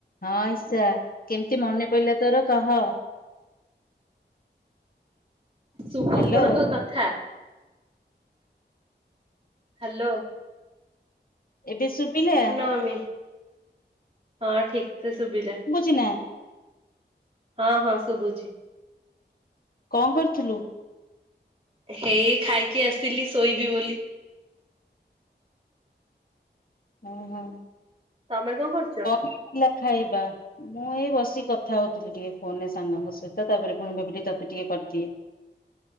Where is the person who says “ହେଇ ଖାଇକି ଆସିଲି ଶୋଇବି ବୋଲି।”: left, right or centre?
Right